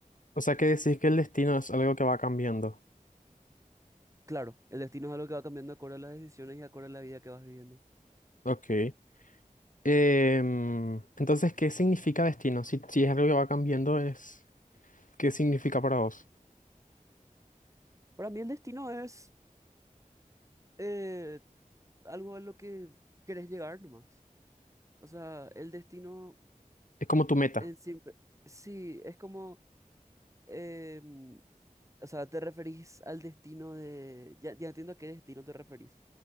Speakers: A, on the left (about 65°); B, on the right (about 20°).
A: O sea que decís que el destino es algo que va cambiando.
B: Claro, el destino es algo que va cambiando acorde a las decisiones y acorde a la vida que vas viviendo.
A: Ok. Em, entonces, ¿qué significa destino? Si, si es algo que va cambiando, es, ¿qué significa para vos?
B: Para mí el destino es eh, algo a lo que querés llegar nomás. O sea, el destino
A: Es como tu meta.
B: en siempre. Sí, es como. em, o sea, te referís al destino de. Ya, ya entiendo a qué destino te referís,